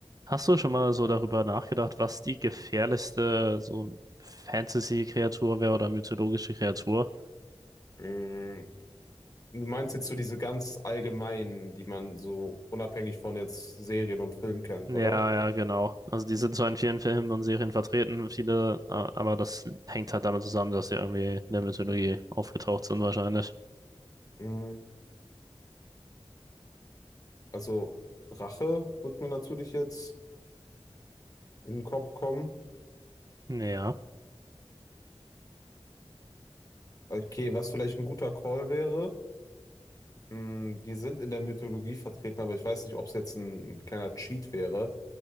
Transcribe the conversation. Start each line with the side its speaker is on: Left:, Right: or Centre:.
Right: Hast du schon mal so darüber nachgedacht, was die gefährlichste so Fantasy-Kreatur wäre oder mythologische Kreatur?
Left: Mm, Du meinst jetzt so diese ganz allgemeinen, die man so unabhängig von jetzt Serien und Filmen kennt,
Right: Ja,
Left: oder?
Right: ja, genau. Also die sind zwar in vielen Filmen und Serien vertreten, viele, a- aber das hängt halt damit zusammen, dass sie irgendwie in der Mythologie aufgetaucht sind wahrscheinlich.
Left: Mm, Also Rache wird mir natürlich jetzt in den Kopf kommen.
Right: Ja,
Left: Okay, was vielleicht ein guter Call wäre, mm, die sind in der Mythologie vertreten, aber ich weiß nicht, ob es jetzt ein kleiner Cheat wäre.